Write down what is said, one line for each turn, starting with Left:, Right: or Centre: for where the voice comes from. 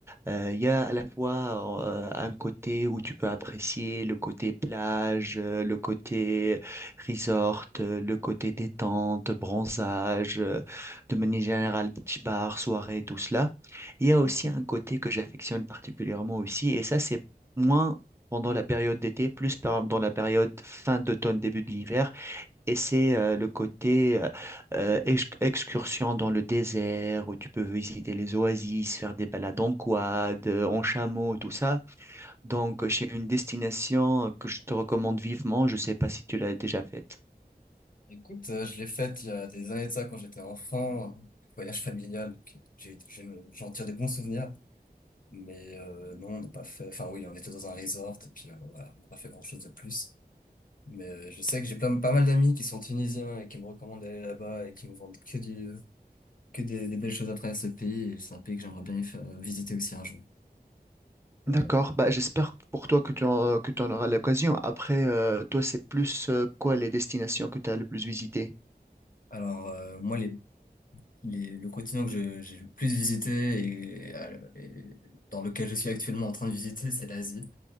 Right: Euh, Il y a à la fois euh, un côté où tu peux apprécier le côté plage, euh, le côté resort, euh, le côté détente, bronzage, euh, de manière générale beach bar, soirée, tout cela. Il y a
Left: Trop
Right: aussi
Left: cool.
Right: un côté que j'affectionne particulièrement aussi, et ça c'est moins pendant la période d'été, plus pendant la période fin d'automne, début de l'hiver, et c'est euh, le côté euh, euh, ex- excursion dans le désert où tu peux visiter les oasis, faire des balades en quad, euh, en chameau, tout ça. Donc, euh, c'est une destination euh, que je te recommande vivement. Je ne sais pas si tu l'as déjà faite.
Left: Écoute, euh, je l'ai faite il y a des années de ça quand j'étais enfant, euh, voyage familial. Donc euh, j'ai, j'ai- j'en tire des bons souvenirs. Mais euh, non, on n'a pas fait. Enfin oui, on était dans un resort et puis euh, voilà, on n'a pas fait grand-chose de plus. Mais euh, je sais que j'ai plein, pas mal d'amis qui sont tunisiens et qui me recommandent d'aller là-bas et qui me vendent que du, que des, des belles choses à travers ce pays. et C'est un pays que j'aimerais bien y faire- euh, visiter aussi un jour. Euh,
Right: D'accord, bah, j'espère pour toi que tu en, que tu en auras l'occasion. Après, euh, toi, c'est plus euh, quoi les destinations que tu as le plus visitées?
Left: alors euh, moi, les, les, le continent que je- j'ai le plus visité et, euh, et dans lequel je suis actuellement en train de visiter, c'est l'Asie.